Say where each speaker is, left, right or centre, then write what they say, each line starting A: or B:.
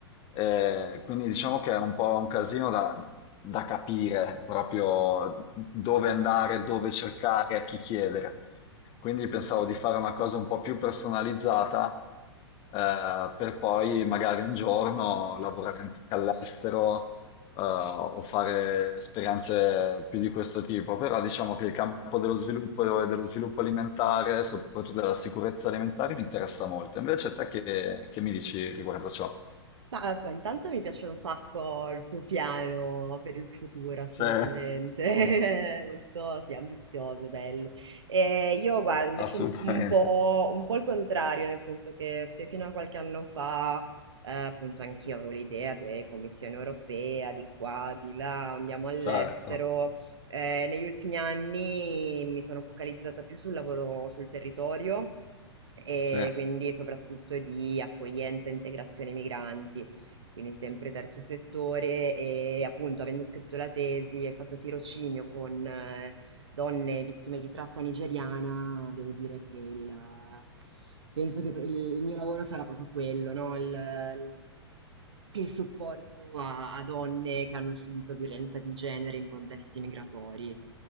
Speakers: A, on the left; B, on the right.
A: Eh, quindi diciamo che è un po' un casino da, da capire proprio dove andare, dove cercare, a chi chiedere. Quindi pensavo di fare una cosa un po' più personalizzata, eh, per poi magari un giorno lavorare anche all'estero, eh, o fare esperienze più di questo tipo. Però diciamo che il campo dello sviluppo e dello sviluppo alimentare, soprattutto della sicurezza alimentare, mi interessa molto. Invece te che, che mi dici riguardo ciò?
B: Ma eh, beh, intanto mi piace un sacco il tuo piano per il futuro, assolutamente.
A: Sì, <laughs>
B: <laughs> Molto, sì, ambizioso, bello. E io guardo invece
A: assolutamente,
B: un, un po', un po' il contrario, nel senso che se fino a qualche anno fa, eh, appunto, anch'io avevo l'idea di Commissione europea, di qua, di là, andiamo all'estero.
A: certo,
B: eh, negli ultimi anni mi sono focalizzata più sul lavoro sul territorio e
A: sì,
B: quindi soprattutto di accoglienza e integrazione migranti, quindi sempre terzo settore e appunto avendo scritto la tesi e fatto tirocinio con eh, donne vittime di tratta nigeriana, devo dire che il, penso che il mio lavoro sarà proprio quello, no? Il, il supporto a, a donne che hanno subito violenza di genere in contesti migratori.